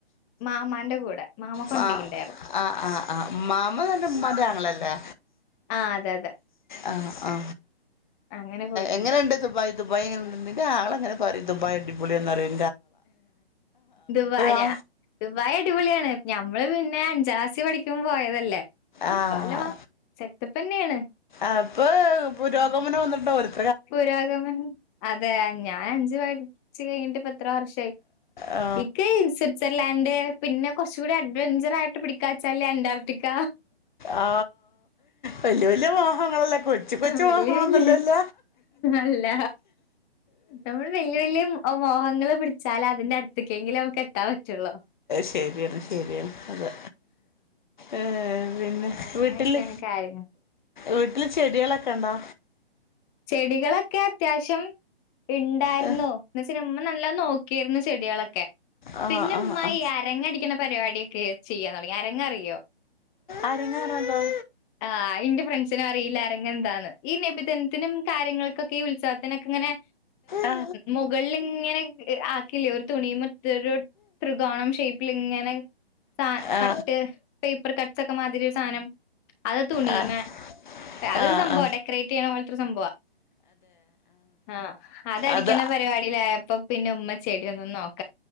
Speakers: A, on the left; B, on the left.
A: മാമാന്റെ കൂടെ മാമ കൊണ്ടോയിണ്ടായിരുന്നു
B: മാ ആഹ് ആഹ് ആഹ് മാമ തന്റെ മ്മാന്റെ ആങ്ങളല്ലെ
A: ആ അതെ അതെ
B: ആ ആ
A: അങ്ങനെ പോയിട്ടുണ്ട്.
B: എങ്ങനെണ്ട് ദുബായ് ദുബായ് എങ്ങനൊണ്ട് നിൻ്റെ ആങ്ങള പറിന്ന് ദുബായ് അടിപൊളിയാന്നറിയും
A: ദുബായ ഞാ
B: ആ
A: ദുബായി അടിപൊളിയാണ് ഞമ്മള് പിന്നെ അഞ്ചാം ക്ലാസി പഠിക്കുമ്പോ പോയതല്ലേ
B: ആഹ്
A: ഇപ്പ അല്ല സെറ്റപ്പന്നെയാണ്.
B: അപ്പോ പുരോഗമനം ഒന്നും <unintelligible>
A: പുരോഗമനം അതെ ഞാൻ അഞ്ചു പഠിച്ച് കഴിഞ്ഞിട്ട് ഇപ്പ എത്ര വർഷമായി
B: ആ
A: ഇക്ക്‌ സ്വിറ്റ്സർലാൻഡ് പിന്നെ കുറച്ചു കൂടി അഡ്വെൻചറാ യിട്ട് പിടിക്കാച്ചാല് അന്റാർട്ടിക്ക
B: ആ വലിയ വല്യ മോഹങ്ങളല്ല കൊച്ചു കൊച്ചു
A: വല്യ
B: മോഹങ്ങളൊന്നുമല്ലല്ല
A: അല്ല നമ്മൾ വലിയ വലിയ മോഹങ്ങൾ പിടിച്ചാല അതിന്റെ അടുത്തേക്കെങ്കില നമുക്ക് എത്താൻ പറ്റുള്ളൂ.
B: ശെരിയാണ് ശരിയാണ് അതെ ഏർ പിന്നെ
A: അങ്ങനെയൊക്കെയാണ്
B: വീട്ടില്
A: കാര്യങ്ങൾ.
B: വീട്ടില് ചെടികളൊക്കെ ഉണ്ടോ
A: ചെടികളൊക്കെ അത്യാവശ്യം ഇണ്ടായിർന്നു
B: ഏ,
A: നമ നല്ല നോക്കിയിർന്ന് ചെടികളൊക്കെ
B: ആ
A: പിന്നെ
B: ആ
A: ഇമ്മ
B: ആ
A: ഈ അരങ്ങടിക്കുന്ന പരിപാടി ക്കെ ചെയ്യാൻതുടങ്ങി അരെങ്ങ്അറിയോ
B: അരങ്ങാറാലോ
A: ആ ഇന്റെ ഫ്രണ്ട്സിന് അറിയില്ല ആരങ്ങ്എന്താന്ന് ഈ നബിദിൻ കാര്യങ്ങൾക്കൊക്കെ ഈ ഉത്സവത്തിനൊക്കെ ഇങ്ങനെ
B: ആ
A: മുകളിൽ ഇങ്ങനെ ആക്കില്ലേ ഒരു തുണി മറ്റരു ത്രികോണം ഷേപ്പിൽ ഇങ്ങനെ അ
B: ആ
A: കട്ട് പേപ്പർ കട്ട്സ് ഒക്കെ മാതിരി ഒരു സാധനം അത് തുണിയമേ
B: ആ
A: അതൊരു
B: ആ
A: സംഭവ
B: ആ
A: ഡെക്കറേറ്റ് ചെയ്യണ പോലത് ഒരു സംഭവം ആ അതടിക്കണ
B: അത്
A: പരിപാടില്ലേ അപ്പൊ പിന്നെ ഉമ്മ ചെടി ഒന്നും നോക്ക